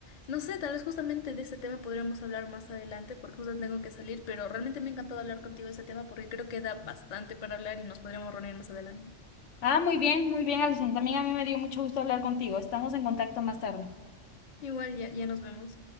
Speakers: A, on the left; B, on the left.
A: no sé, tal vez justamente de ese tema podríamos hablar más adelante porque justo tengo que salir, pero realmente me ha encantado hablar contigo de ese tema porque creo que da bastante para hablar y nos podremos reunir más adelante.
B: Ah, muy bien, muy bien, Alison. También a mí me dio mucho gusto hablar contigo. Estamos en contacto más tarde.
A: Igual ya, ya nos vemos.